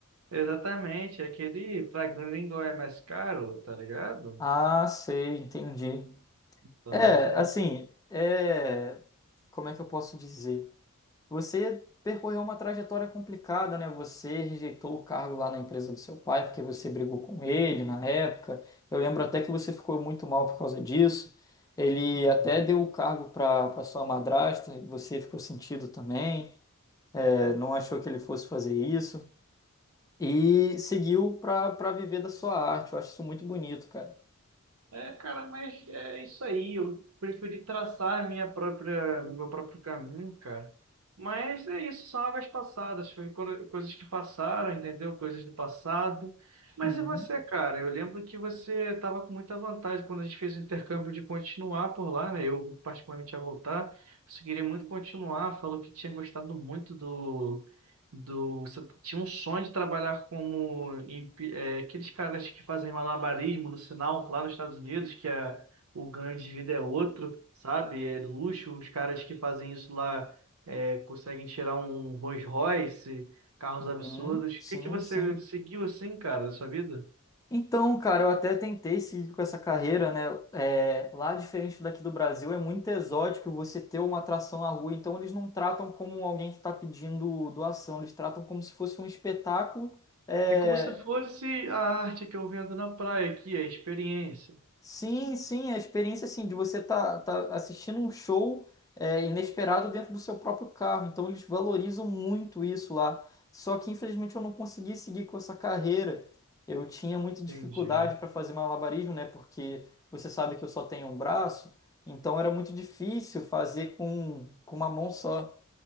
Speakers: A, on the right; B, on the left.
A: Exatamente, é aquele pra grande gringo é mais caro, tá ligado?
B: Ah, sei, entendi.
A: Então,
B: É,
A: então...
B: assim, é... como é que eu posso dizer? Você percorreu uma trajetória complicada, né? Você rejeitou o cargo lá na empresa do seu pai porque você brigou com ele na época. Eu lembro até que você ficou muito mal por causa disso. Ele
A: uhum.
B: até deu o cargo para para sua madrasta e você ficou sentido também. não achou que ele fosse fazer isso e seguiu para para viver da sua arte. Eu acho isso muito bonito, cara.
A: É, cara, mas é isso aí. Eu preferi traçar a minha própria, meu próprio caminho, cara. Mas é isso, são águas passadas, foi co- coisas que passaram, entendeu? Coisas do passado. Mas
B: Uhum,
A: e você, cara? Eu lembro que você estava com muita vantagem quando a gente fez o intercâmbio de continuar por lá, né? Eu particularmente ia voltar. Você queria muito continuar, falou que tinha gostado muito do do, você tinha um sonho de trabalhar como em- é, aqueles caras que fazem malabarismo no sinal lá nos Estados Unidos, que é, o ganho de vida é outro, sabe? É luxo. Os caras que fazem isso lá é, conseguem tirar um Rolls Royce, carros
B: uhum,
A: absurdos. O
B: sim,
A: que que você
B: sim.
A: seguiu assim, cara, da sua vida?
B: Então, cara, eu até tentei seguir com essa carreira, né? É, lá, diferente daqui do Brasil, é muito exótico você ter uma atração na rua. Então, eles não tratam como alguém que está pedindo doação, eles tratam como se fosse um espetáculo é,
A: É como se fosse a arte que eu vendo na praia aqui, é a experiência.
B: Sim, sim, a experiência assim de você tá, tá assistindo um show é, inesperado dentro do seu próprio carro. Então eles valorizam muito isso lá. Só que infelizmente eu não consegui seguir com essa carreira. Eu tinha muita dificuldade
A: Entendi.
B: para fazer malabarismo, né? Porque você sabe que eu só tenho um braço, então era muito difícil fazer com, com uma mão só,